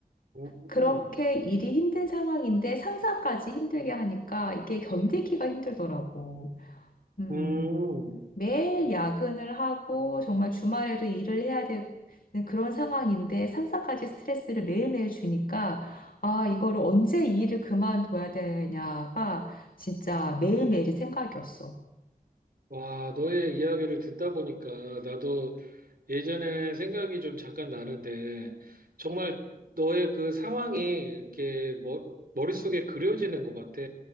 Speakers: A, on the right; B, on the left.
A: 음, 음.
B: 그렇게 일이 힘든 상황인데 상사까지 힘들게 하니까 이게 견디기가 힘들더라고. 음.
A: 음.
B: 매일 야근을 하고 정말 주말에도 일을 해야 되는 그런 상황인데 상사까지 스트레스를 매일매일 주니까 아, 이거를 언제 이 일을 그만둬야 되냐가 진짜 매일매일이 생각이었어.
A: 와, 너의 이야기를 듣다 보니까 나도 예전에 생각이 좀 잠깐 나는데, 정말 너의 그 상황이 이렇게 머, 머릿속에 그려지는 것 같아.